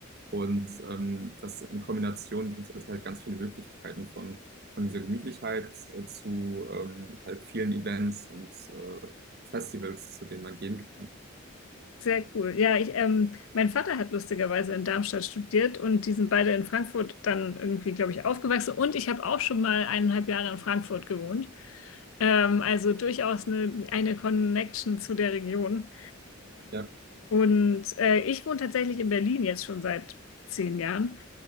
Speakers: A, on the right; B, on the left.
A: Und ähm, das in Kombination bietet halt ganz viele Möglichkeiten von, von dieser Gemütlichkeit äh, zu ähm, halt vielen Events und äh, Festivals, zu denen man gehen kann.
B: Sehr cool. Ja, ich, ähm, mein Vater hat lustigerweise in Darmstadt studiert und die sind beide in Frankfurt dann irgendwie, glaube ich, aufgewachsen. Und ich habe auch schon mal eineinhalb Jahre in Frankfurt gewohnt. Ähm, also durchaus eine, eine Connection zu der Region.
A: Ja.
B: Und äh, ich wohne tatsächlich in Berlin jetzt schon seit zehn Jahren.